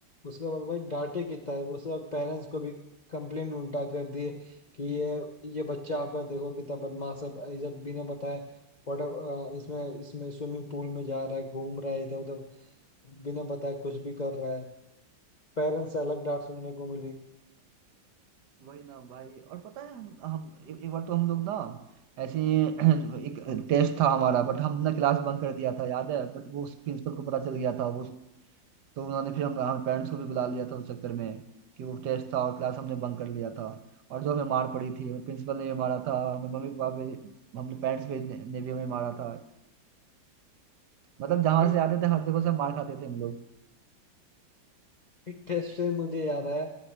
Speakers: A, on the left (about 80°); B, on the right (about 65°).
A: उसके बाद भाई डांटे कितना है उसके बाद पेरेंट्स को भी कंप्लेन उल्टा कर दिए कि ये ये बच्चा आपका देखो कितना बदमाश है ये जब बिना बताए वाटर इसमें इसमें स्विमिंग पूल में जा रहा है घूम रहा है इधर उधर बिना बताए कुछ भी कर रहा है पेरेंट्स से अलग डांट सुनने को मिली
B: वही ना भाई और पता है हम हम ए, एक बार तो हम लोग ना ऐसे ही <clears throat> एक टेस्ट था हमारा बट हमने क्लास बंक कर दिया था याद है बट वो प्रिंसिपल को पता चल गया था वो तो उन्होंने फिर हम हम पेरेंट्स को भी बुला लिया था उस चक्कर में कि वो टेस्ट था और क्लास हमने बंक कर लिया था और जो हमें मार पड़ी थी प्रिंसिपल ने भी मारा था हमें मम्मी पापा भी हमने पेरेंट्स भी ने, ने भी हमें मारा था मतलब जहाँ
A: भाई
B: से आते थे हर जगह से मार खाते थे हम लोग
A: टेस्ट से मुझे याद आया